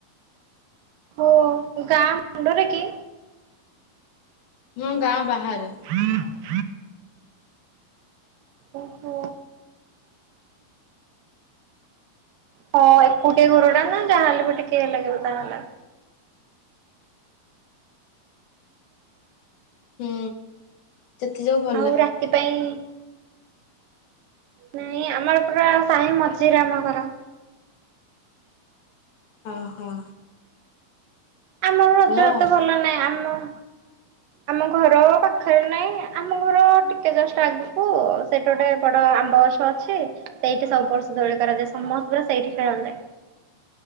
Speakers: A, on the right; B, on the left.
A: ଓ ଗାଁ ମୁଣ୍ଡରେ କି?
B: ହଁ ଗାଁ ବାହାରେ।
A: <inaudible> ଓହୋ ହଁ ଏକୁଟିଆ ଘର ଟା ନା ଯାହାହେଲେ ଟିକେ ଲାଗିବ ତାହେଲେ।
B: ହୁଁ। ସେଥିଯୋଗୁ ଭ
A: ଆଉ ରାତି ପାଇଁ। ନାଇଁ ଆମର ପୁରା ସାହି ମଝିରେ ଆମ ଘର।
B: ଅ ହଁ।
A: ଆମର ରଜ
B: ଆଉ
A: ଏତେ ଭଲ ନାହିଁ ଆମ ଆମ ଘର ପାଖରେ ନାଇଁ ଆମ ଘର ଟିକେ ଜଷ୍ଟ ଆଗକୁ ସେଇଠି ଗୋଟେ ବଡ ଆମ୍ବ ଗଛ ଅଛି। ସେଇଠି ସବୁ ବର୍ଷ ଦୋଳି କରାଯାଏ ସମସ୍ତେ ପୁରା ସେଇଠି ଖେଳନ୍ତି।